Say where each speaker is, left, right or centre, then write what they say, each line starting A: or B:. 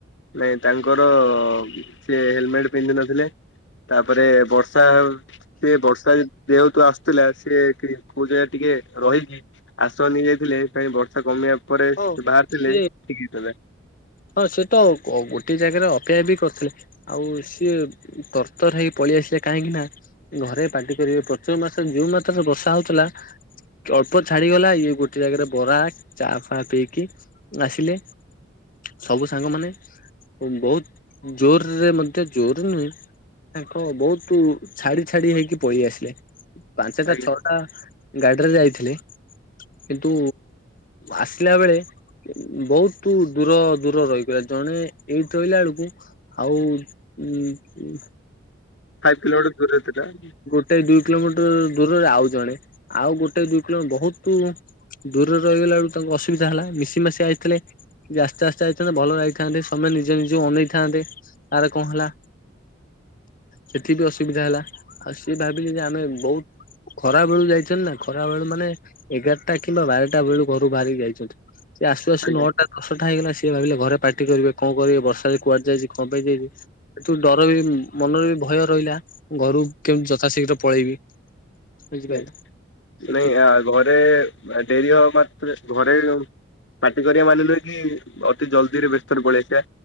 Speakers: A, on the left (about 70°); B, on the left (about 45°).
A: ନାଇଁ ତାଙ୍କର ସିଏ ହେଲମେଟ୍ ପିନ୍ଧିନଥିଲେ ତାପରେ ବର୍ଷା ସେ ବର୍ଷା ଯେହେତୁ ଆସୁଥିଲା ସିଏ କି କୋଉ ଜାଗାରେ ଟିକେ ରହିକି ଆସ ନେଇ ଯାଇଥିଲେ ପ୍ରାଏ ବର୍ଷା କମିବା ପରେ
B: ହଁ
A: ସେ ବାହାରିଥିଲେ
B: ସିଏ
A: ଠିକ ହେଇଥାନ୍ତା।
B: ହଁ ସେ ତ ଗୋ ଗୋଟେ ଜାଗାରେ ଅପେୟା ବି କରିଥଲେ। ଆଉ ସିଏ ତରର୍ତର ହେଇକି ପଳେଇଆସିଲା କାହିଁକି ନା ଘରେ ପାଟି କରିବେ ପ୍ରଚୁର ମାସରେ ଯୋଉ ମାତ୍ରାରେ ବର୍ଷା ହଉଥିଲା ଅଳ୍ପ ଛାଡିଗଲା ଇଏ ଗୋଟେ ଜାଗାରେ ବରା ଚା ଫା ପିଇକି ଆସିଲେ। ସବୁ ସାଙ୍ଗ ମାନ ବହୁତ ଜୋରରେ ମଧ୍ୟ ଜୋର ନୁହେଁ ତାଙ୍କ ବହୁତୁ ଛାଡି ଛାଡି ହେଇକି ପଳେଇ ଆସିଲେ ପାଞ୍ଚଟା
A: ଆଜ୍ଞା
B: ଛଅ ଟା ଗାଡିରେ ଯାଇଥିଲି। କିନ୍ତୁ ଆସିଲା ବେଳେ ବହୁତ ଦୂର ଦୂର ରହିଗଲା ଜଣେ ଏଇଠି ରହିଲା ବେଳକୁ ଆଉ ଉଁ
A: ଖାଇ୍ କୋମଟର ଦୂରଇଥିଲା। <unintelligible>
B: ଗୋଟେ ଦୁଇ କିଲୋମିଟର ଦୂରରେ ଆଉ ଜଣେ ଆଉ ଗୋଟେ ଦୁଇ କିଲୋ ବହୁତ ଦୂରରେ ରହିଗଲା ବେଳୁ ତାଙ୍କୁ ଅସୁବିଧା ହେଲା ମିଶି ମାସିି ଆଇଥିଲେ ଆସ୍ତେ ଆସ୍ତେ ଯଇଥାନ୍ତେ ଭଲ ରହିଥାନ୍ତେ ସମୟମାନେ ନିଜେ ନିଯେ ଅନେଇଥାନ୍ତେ ତାର କଣ ହେଲା। ସେଠି ବି ଅସୁବିଧା ହେଲା ଆଉ ସିଏ ଭାବିଲେ ଯେ ଆମେ ବହୁତ ଖରା ବେଳୁ ଯାଇଛନ୍ତି ନା ଖରା ବେଳୁ ମାନେ ଏଗାରଟା କିମ୍ବା ବାରଟା ବେଳୁ ଘରୁ ବାହାରିକି ଯାଇଛନ୍ତି। ସେ ଆସୁ ଆସୁ
A: ଆଜ୍ଞା
B: ନଅଟା ଦଶଟା ହେଇଗଲା ସିଏ ଭାବିଲେ ଘରେ ପାଟି କରିବେ କଣ କରିବେ ବର୍ଷାରେ କୁଆଡେ ଯାଇଛି। କ ପାଇଁ ଯାଇଛୁ? ସେତୁ ଡର ବି ମନରେ ଭୟ ରହିଲା ଘରୁ କେମତି ଯଥାଶୀଘ୍ର ପଳେଇବି। ବୁଝିପାରିଲ।
A: <unintelligible>
B: ସେଠି
A: ନାଇଁ ଘରେ ଡେରି ହବା ମାତ୍ରେ ଘରେ ପାଟି କରିବା ମାନେ ନୁହେ କି ଅତି ଜଲ୍ଦିରେ ବ୍ୟସ୍ତରେ ପଳେଇଆସିବା।